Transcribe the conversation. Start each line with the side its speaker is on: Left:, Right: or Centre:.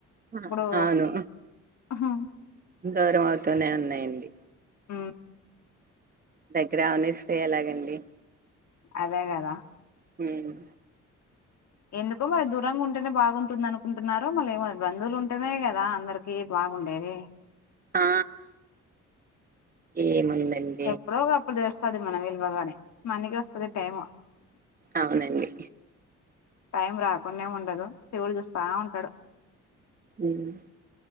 Right: ఆ!
Left: ఇప్పుడూ
Right: అవును
Left: హుహూ
Right: దూరం అవుతూనే ఉండన్నీయండి
Left: ఉమ్
Right: దగ్గరా ఆనేస్తే ఎలాగండి
Left: అదే గదా
Right: ఉమ్
Left: ఎందుకో మరి దూరంగ ఉంటేనే బాగుంటుంది అనుకుంటున్నారో మళ్ళ ఏమో బంధులుంటేనే గదా అందరు కీ బాగుండేది
Right: ఆ ఏముందండి
Left: ఎప్పుడో ఒక అప్పుడు దెలుస్తది మన విలువ గానీ మనకి వస్తది టైము
Right: అవునండి
Left: టైం రాకుండేం ఉండదు దేవుడు చూస్తా ఉంటడు
Right: ఉమ్